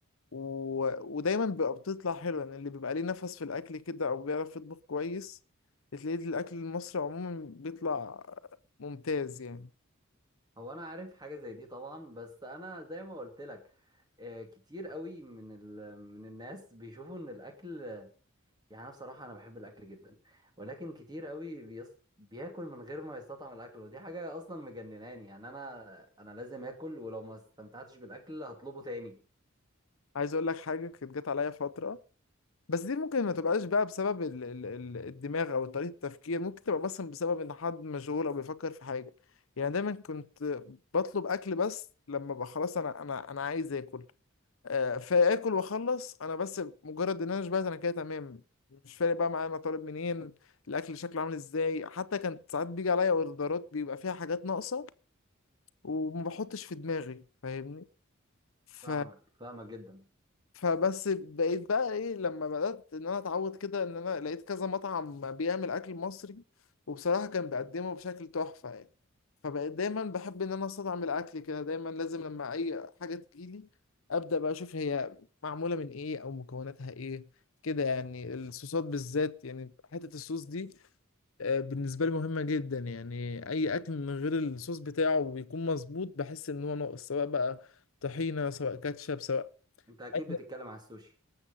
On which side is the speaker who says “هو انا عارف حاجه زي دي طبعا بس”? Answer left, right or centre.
Right